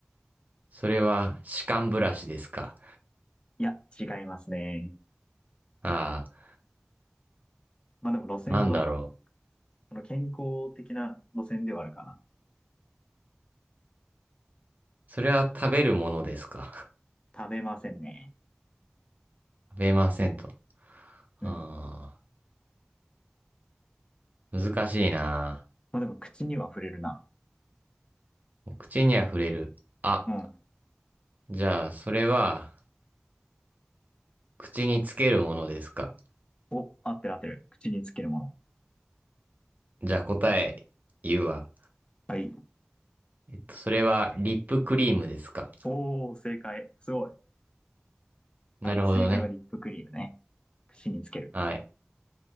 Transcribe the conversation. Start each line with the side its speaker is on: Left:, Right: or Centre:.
Right: それは、歯間ブラシですか
Left: いや、違いますね。
Right: ああ。
Left: まあでも路線は、
Right: なんだろ
Left: その健康的な路線ではあるかな。
Right: う。それは食べるものですか <laughs>
Left: 食べませんね。
Right: 食べませんと。
Left: うん。
Right: ああ。難しいな。
Left: まあでも口には触れるな。
Right: 口には触れる。あ、
Left: うん。
Right: じゃあ、それは、口につけるものですか
Left: お、合ってる合ってる。口につけるもの。
Right: じゃあ答え言うわ。
Left: はい。
Right: えっと、それは、リップクリームですか
Left: おー、正解。すごい。
Right: なるほどね。
Left: はい。正解はリップクリームね。口につける。
Right: はい。